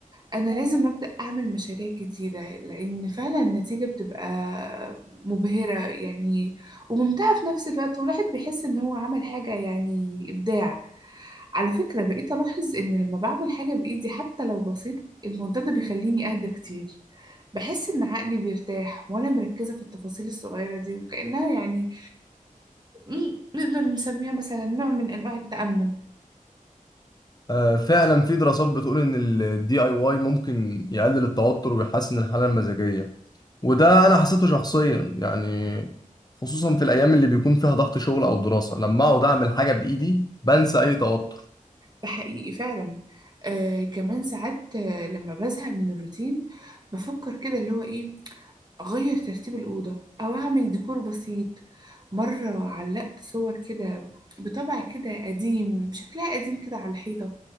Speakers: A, on the right (about 30°); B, on the left (about 30°).
A: أنا لازم أبدأ أعمل مشاريع جديدة لأن فعلا النتيجة بتبقى مبهرة يعني وممتعة في نفس الوقت والواحد بيحس إن هو عمل حاجة يعني إبداع على فكرة بقيت ألاحظ إن لما بعمل حاجة بإيدي حتى لو بسيطة الموضوع ده بيخليني أهدى كتير بحس إن عقلي بيرتاح وأنا مركزة في التفاصيل الصغيرة دي وكأنها يعني ن- نقدر نسميها مثلا نوع من أنواع التأمل
B: آه، فعلا في دراسات بتقول ان الدي اي واي ممكن يقلل التوتر ويحسن الحاله المزاجيه وده انا حسيته شخصيا يعني خصوصا في الايام اللي بيكون فيها ضغط شغل او دراسه لما اقعد اعمل حاجه بايدي بنسى اي توتر
A: ده حقيقي فعلا آه كمان ساعات آه، لما بزهق من الروتين بفكر كده اللي هو إيه أغير ترتيب الأوضة أو أعمل ديكور بسيط مرة علقت صور كده بطبع كده قديم شكلها قديم كده على الحيطة